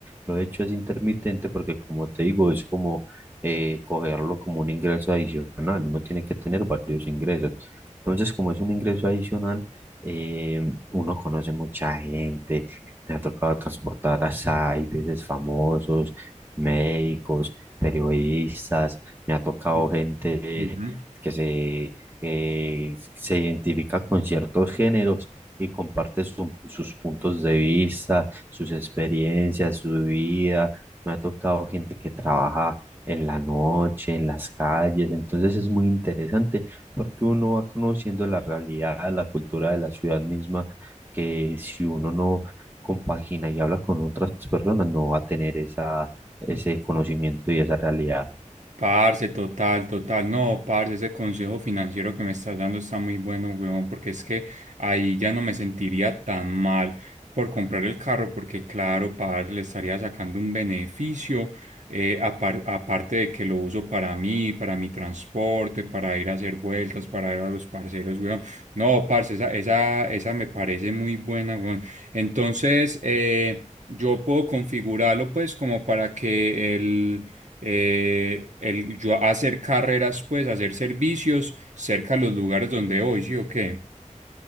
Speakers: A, on the right; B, on the right.
A: Lo he hecho es intermitente porque, como te digo, es como eh, cogerlo como un ingreso adicional. Uno tiene que tener varios ingresos. Entonces, como es un ingreso adicional, eh, uno conoce mucha gente. Me ha tocado transportar a SAI, veces famosos, médicos, periodistas. Me ha tocado
B: Mm,
A: gente
B: Ujú.
A: que se, eh, se identifica con ciertos géneros y comparte su- sus puntos de vista, sus experiencias, su vida. Me ha tocado gente que trabaja en la noche, en las calles, entonces es muy interesante porque uno va conociendo la realidad, la cultura de la ciudad misma, que si uno no compagina y habla con otras personas, no va a tener esa, ese conocimiento y esa realidad.
B: Parce, total, total. No, parce, ese consejo financiero que me estás dando está muy bueno, weón, porque es que ahí ya no me sentiría tan mal por comprar el carro, porque claro, parce, le estaría sacando un beneficio, eh, apar- aparte de que lo uso para mí, para mi transporte, para ir a hacer vueltas, para ir a los parceros, weón. No, parce, esa, esa, esa me parece muy buena, weón. Entonces, eh, yo puedo configurarlo, pues, como para que el eh, el, yo hacer carreras, pues, hacer servicios cerca de los lugares donde voy, ¿sí o qué?